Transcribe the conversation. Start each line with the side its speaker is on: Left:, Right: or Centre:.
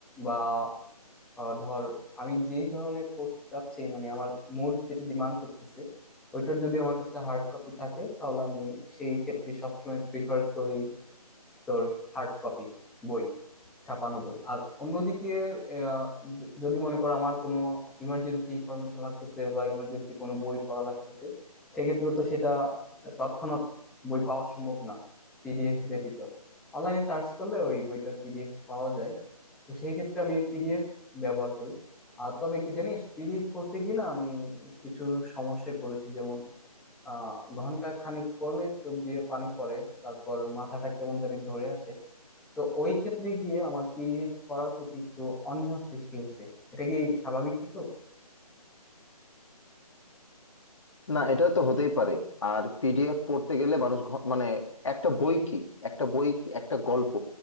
Centre: বা আহ, ধর আমি যেই ধরনের পড়তে চাচ্ছি মানে আমার মুড যেটা ডিমান্ড করতেছে ওইটার যদি আমার কাছে হার্ড কপি থাকে তাহলে আমি সেই ক্ষেত্রে সবসময় প্রিফার করি তোর হার্ড কপি বই ছাপানো বই আর অন্যদিকে আহ, য- যদি মনে করো আমার কোনো ইমার্জেন্সি ইনফরমেশন লাগতেছে বা ইমার্জেন্সি কোনো বই পড়া লাগতেছে সেক্ষেত্রে তো সেটা তৎক্ষণাৎ বই পাওয়া সম্ভব না পিডিএফ ব্যতীত অনলাইনে সার্চ করলে ওই বইটার পিডিএফ পাওয়া যায় তো সেই ক্ষেত্রে আমি পিডিএফ ব্যবহার করি আর তবে কি জানিস পিডিএফ পড়তে গিয়ে না আমি কিছু সমস্যায় পড়েছি যেমন আহ ঘন্টা খানিক পড়লে চোখ দিয়ে পানি পড়ে তারপর মাথাটা কেমন জানি ধরে আসে তো ওই ক্ষেত্রে গিয়ে আমার পিডিএফ পড়ার প্রতি একটু অনীহা সৃষ্টি হয়েছে এটা কি স্বাভাবিক কিছু
Left: না এটা তো হতেই পারে আর পিডিএফ পড়তে গেলে মানুষ ঘ- মানে একটা বই কি একটা বই কি? একটা গল্প